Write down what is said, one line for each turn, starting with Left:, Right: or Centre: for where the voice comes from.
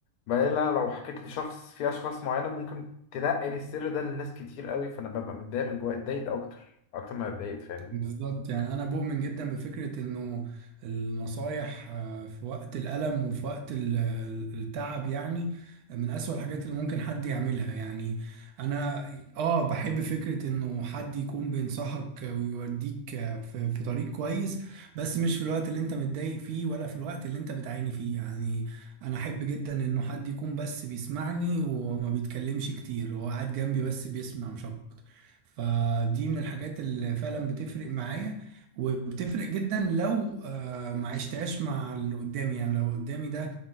Left: بعدين انا لو حكيت لشخص في اشخاص معينه ممكن تنقل السر ده لناس كتير قوي فانا ببقى متضايق من جوايا اتضايق اكتر اكتر ما اتضايقت فاهمني
Right: بالظبط يعني انا بؤمن جدا بفكره انه النصايح آه، في وقت الالم وفي وقت ال- ال- التعب يعني من اسوأ الحاجات اللي ممكن حد يعملها يعني انا اه بحب فكره انه حد يكون بينصحك ويوديك آه، في في طريق كويس بس مش في الوقت اللي انت متضايق فيه ولا في الوقت اللي انت بتعاني فيه يعني انا احب جدا انه حد يكون بس بيسمعني وما بيتكلمش كتير هو قاعد جنبي بس بيسمع مش اكتر فدي من الحاجات اللي فعلا بتفرق معايا وبتفرق جدا لو آه، ما عشتهاش مع اللي قدامي يعني لو قدامي ده